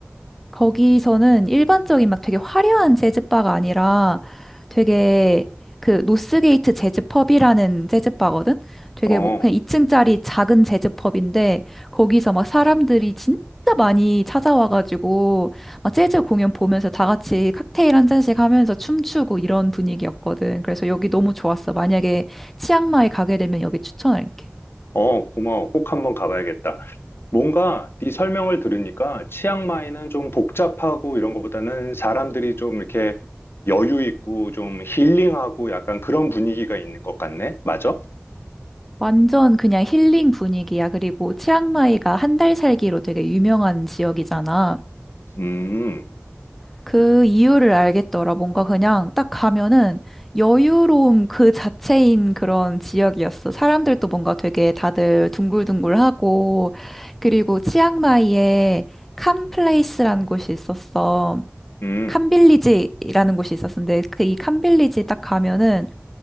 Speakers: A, in the centre; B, on the left.
A: 거기서는 일반적인 막 되게 화려한 재즈바가 아니라 되게 그 노스게이트 재즈펍이라는 재즈바거든? 되게
B: 어,
A: 뭐 그냥 2층짜리 작은 재즈펍인데 거기서 막 사람들이 진짜 많이 찾아와가지고 막 재즈 공연 보면서 다 같이 칵테일 한 잔씩 하면서 춤추고 이런 분위기였거든. 그래서 여기 너무 좋았어. 만약에 치앙마이 가게 되면 여기 추천할게.
B: 어, 고마워. 꼭 한번 가봐야겠다. 뭔가 네 설명을 들으니까 치앙마이는 좀 복잡하고 이런 것보다는 사람들이 좀 이렇게 여유 있고 좀 힐링하고 약간 그런 분위기가 있는 것 같네. 맞아?
A: 완전 그냥 힐링 분위기야. 그리고 치앙마이가 한 달 살기로 되게 유명한 지역이잖아.
B: 음,
A: 그 이유를 알겠더라. 뭔가 그냥 딱 가면은 여유로움 그 자체인 그런 지역이었어. 사람들도 뭔가 되게 다들 둥글둥글하고, 그리고 치앙마이에 캄플레이스라는 곳이 있었어.
B: 음.
A: 캄빌리지라는 곳이 있었는데, 그 이 캄빌리지 딱 가면은